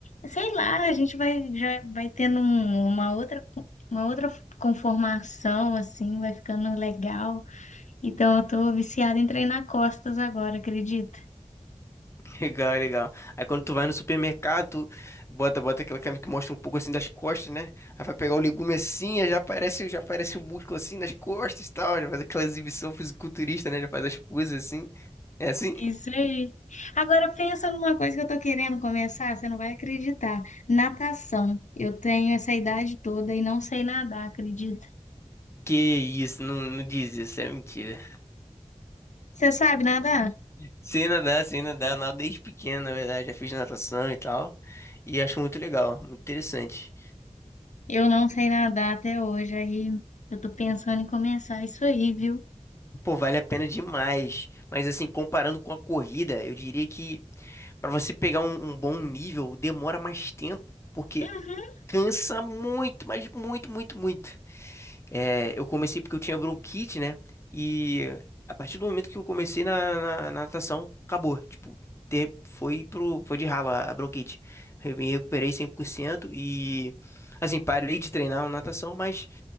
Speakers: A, on the left; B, on the left.
A: sei lá, a gente vai, já vai tendo um- uma outra, uma outra conformação, assim, vai ficando legal. Então, eu tô viciada em treinar costas agora, acredita?
B: <laughs> Legal, legal. Aí quando tu vai no supermercado, tu bota, bota aquela câmera que mostra um pouco assim das costas, né? Aí vai pegar o legume assim, aí já aparece, já aparece o músculo assim nas costas e tal, já faz aquela exibição fisiculturista, né? Já faz as poses assim. É assim?
A: Isso aí. Agora, pensa numa coisa que eu tô querendo começar, você não vai acreditar. Natação. Eu tenho essa idade toda e não sei nadar, acredita?
B: Que isso, não, não diz isso, é mentira.
A: Você sabe nadar?
B: Sei nadar, sei nadar, eu nado desde pequeno, na verdade, já fiz natação e tal. E acho muito legal, muito interessante.
A: Eu não sei nadar até hoje, aí eu tô pensando em começar isso aí, viu?
B: Pô, vale a pena demais. Mas assim, comparando com a corrida, eu diria que pra você pegar um, um bom nível, demora mais tempo, porque
A: Uhum.
B: cansa muito, mas muito, muito, muito. É, eu comecei porque eu tinha bronquite, né? E a partir do momento que eu comecei na, na, na natação, acabou. Tipo, ter, foi pro, foi de ralo a, a bronquite. Eu me recuperei 100% e, assim, parei de treinar natação, mas